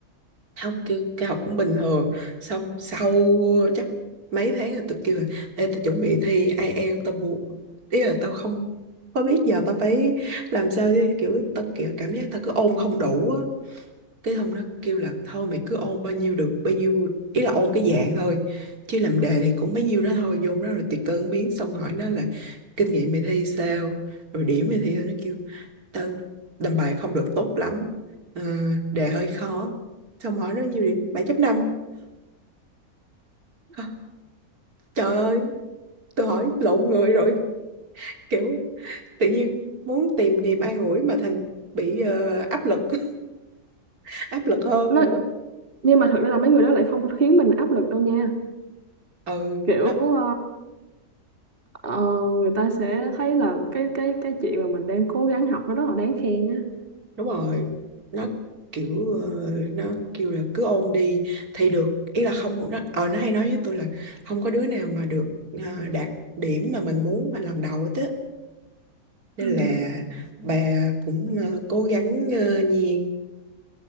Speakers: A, on the right; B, on the right.
A: không kêu cao học cũng bình thường xong sau chắc mấy tháng rồi tôi kêu là Ê, tôi chuẩn bị thi IELTS tao buộc ý là tao không có biết giờ tao phải làm sao chứ kiểu tao kiểu cảm giác tao cứ ôn không đủ á cái hôm nó kêu là thôi mày cứ ôn bao nhiêu được bao nhiêu ý là ôn cái dạng thôi chứ làm đề thì cũng bấy nhiêu đó thôi vô đó rồi tùy cơ ứng biến xong hỏi nó là kinh nghiệm mày thi sao rồi điểm mày thi sao nó kêu Tao làm bài không được tốt lắm ờ, đề hơi khó xong hỏi nó nhiều điểm 7.5 Hả? trời ơi tôi hỏi lộn người rồi kiểu tự nhiên muốn tìm niềm an ủi mà thành bị ờ, áp lực <laughs> áp lực hơn
B: nó
A: nữa
B: nhưng mà thật ra là mấy người đó lại không khiến mình áp lực đâu nha
A: ừ
B: kiểu
A: nó
B: ờ, Ờ, người ta sẽ thấy là cái cái cái chuyện mà mình đang cố gắng học nó rất là đáng khen á.
A: đúng rồi nó kiểu ờ, nó kêu là cứ ôn đi thì được ý là không nó ờ nó hay nói với tôi là không có đứa nào mà được ờ, đạt điểm mà mình muốn mà lần đầu hết á nên
B: Ừ.
A: là bà cũng ờ, cố gắng ờ, Nhiên